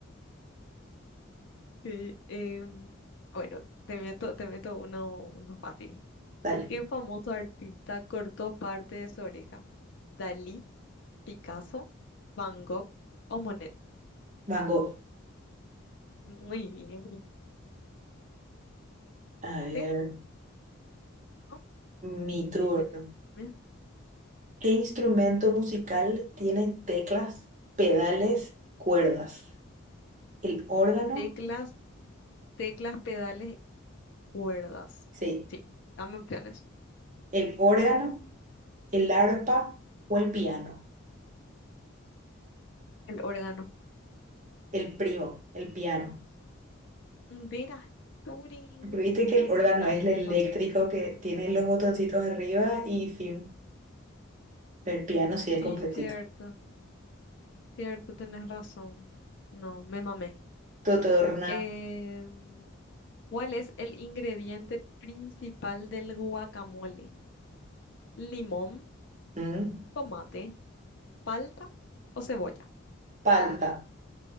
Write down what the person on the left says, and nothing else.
que, em, bueno, te meto, te meto uno, uno fácil.
¿Qué famoso artista cortó parte de su oreja? ¿Dalí, Picasso, Van Gogh o Monet?
Muy bien,
¿viste? ¿No?
Dime,
dime, dime.
Teclas, teclas, pedales, cuerdas.
Sí, dame opciones.
El órgano.
Mira, Churi,
qué lástima.
Sí,
cierto, cierto, tenés razón. No, me mamé.
Em, ¿cuál es el ingrediente principal del guacamole? ¿Limón,
tomate, palta o cebolla?